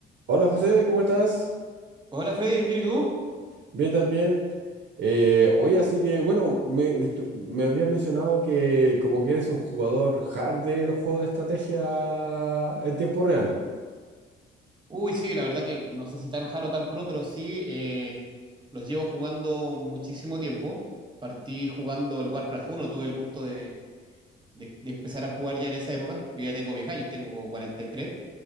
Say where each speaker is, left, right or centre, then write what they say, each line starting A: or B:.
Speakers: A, on the right; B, on the right.
A: Hola José, ¿cómo estás?
B: Hola Freddy, ¿bien y tú?
A: Bien también. Eh, oye, así que, bueno, me, me, estu- me habías mencionado que como que eres un jugador hard de los juegos de estrategia en tiempo real.
B: Uy, sí, la verdad que no sé si tan jaro tan pro, pero sí eh, los llevo jugando muchísimo tiempo. Partí jugando el Warcraft uno. tuve el gusto de, de- de empezar a jugar ya en esa época. Yo ya tengo 10 años, tengo 43. Y tres.